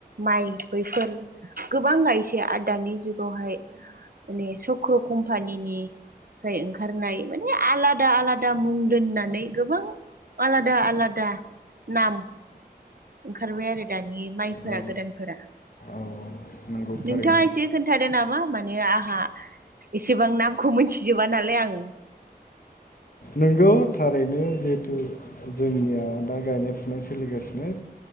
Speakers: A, on the right (about 60°); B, on the left (about 60°).
A: माइ बैफोर गोबां गायसै आरो दानि जुगावहाय माने सक्र' कम्पानिनि फ्राय ओंखारनाय माने आलादा आलादा मुं दोननानै गोबां आलादा आलादा नाम ओंखारबाय आरो दानि माइफोरा
B: औ
A: गोदानफोरा
B: औ नंगौ
A: नोंथाङा
B: थारैनो
A: एसे खोन्थादो नामा माने आंहा एसेबां नामखौ मोनथिजोबा नालाय आं
B: नोंगौ थारैनो जिहेथु जोंनिया दा गायनाय-फुनाय सोलिगासिनो।